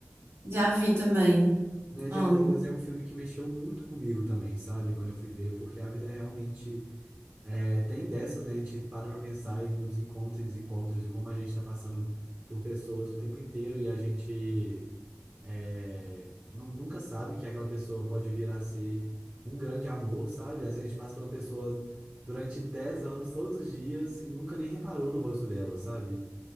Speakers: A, on the right; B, on the right.
A: Já vi também.
B: Medianeiras
A: Amo.
B: é um filme que mexeu muito comigo também, sabe? Quando eu fui ver, porque a vida realmente é, tem dessas, né? A gente para pra pensar e nos encontros e desencontros e como a gente tá passando por pessoas o tempo inteiro e a gente é, nu- nunca sabe que aquela pessoa pode vir a ser um grande amor, sabe? Às vezes a gente passa pela pessoa durante 10 anos, todos os dias, e nunca nem reparou no rosto dela, sabe?